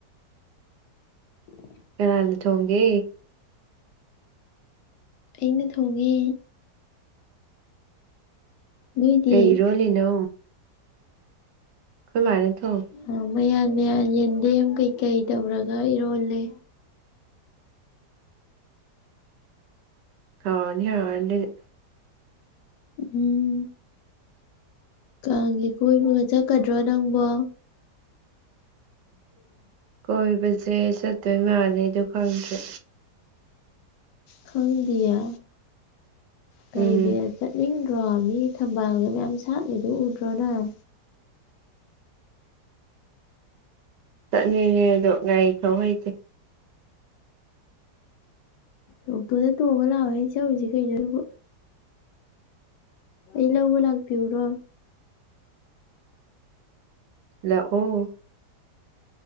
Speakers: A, on the left; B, on the right.
A: <inaudible>
B: ꯀꯅꯥꯅ ꯊꯣꯡꯒꯦ
A: ꯑꯩꯅ ꯊꯣꯡꯉꯦ ꯅꯣꯏꯗꯤ
B: ꯀꯩ ꯏꯔꯣꯜꯂꯤꯅꯣ ꯈꯣꯏ ꯃꯥꯅ ꯊꯣꯡ
A: ꯑꯥ ꯃꯌꯥꯟ ꯃꯌꯥꯟ ꯌꯦꯟꯗꯦꯝ ꯀꯩꯀꯩ ꯇꯧꯔꯒ ꯏꯔꯣꯜꯂꯦ
B: ꯍꯥꯎꯔꯅꯤ ꯍꯥꯎꯔꯅꯤ ꯗꯨꯗꯤ
A: ꯎꯝ ꯀꯥꯡꯒꯤ ꯀꯣꯏꯕꯒ ꯆꯠꯀꯗ꯭ꯔꯣ ꯅꯪꯕꯣ <inaudible>
B: ꯀꯣꯏꯕꯖꯦ ꯆꯠꯇꯣꯏ ꯃꯥꯜꯂꯤ ꯑꯗꯨ ꯈꯪꯗ꯭ꯔꯦ
A: ꯈꯪꯗꯤꯌꯦ ꯀꯩꯒꯤ
B: ꯎꯝ
A: ꯆꯠꯅꯤꯡꯗ꯭ꯔꯣ ꯃꯤ ꯊꯝꯕꯥꯜꯒ ꯃꯌꯥꯝ ꯁꯥꯠꯂꯤꯗꯨ ꯎꯗ꯭ꯔꯣ ꯅꯪ
B: ꯆꯠꯅꯤꯡꯉꯦ ꯑꯗꯣ ꯉꯔꯤ ꯊꯧ ꯍꯩꯇꯦ
A: ꯑꯣꯛꯇꯣꯗ ꯇꯣꯡꯉ ꯂꯥꯛꯑꯣꯍꯦ ꯆꯧꯖꯤ ꯀꯩꯅꯣ ꯑꯗꯨꯕꯨ ꯑꯩ ꯂꯧꯕ ꯂꯥꯛꯄꯤꯎꯔꯣ
B: ꯂꯥꯛꯑꯣ